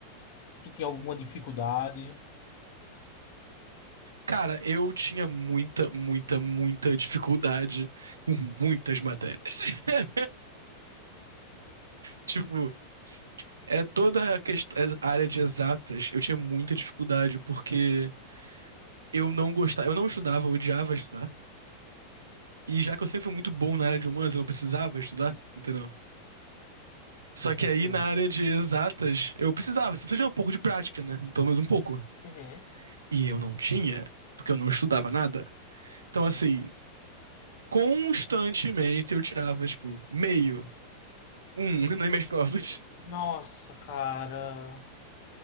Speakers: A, on the left; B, on the right.
A: Tu tinha alguma dificuldade?
B: Cara, eu tinha muita, muita, muita dificuldade com muitas matérias. <laughs> Tipo, é toda a, quest- é, a área de exatas, eu tinha muita dificuldade porque eu não gostava, eu não estudava, eu odiava estudar. E já que eu sempre fui muito bom na área de humanas, eu não precisava estudar, entendeu? Só que
A: Uhum,
B: aí na área de exatas, eu precisava, você precisa de um pouco de prática, né? Pelo menos um pouco.
A: uhum.
B: E eu não tinha, porque eu não estudava nada. Então, assim, constantemente eu tirava, tipo, meio Um <laughs> nas minhas provas.
A: Nossa, cara.